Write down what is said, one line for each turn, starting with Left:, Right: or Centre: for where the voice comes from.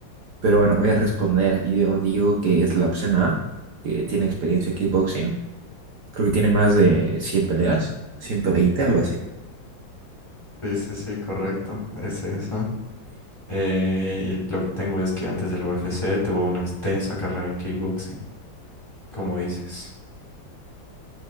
Right: Pero bueno, voy a responder. y Yo digo que es la opción A, que tiene experiencia en kickboxing. Creo que tiene más de 100 peleas, 120, algo así.
Left: Sí, sí, sí, correcto. Es esa. Eh, y lo que tengo es que antes del UFC tuvo una extensa carrera en kickboxing, como dices.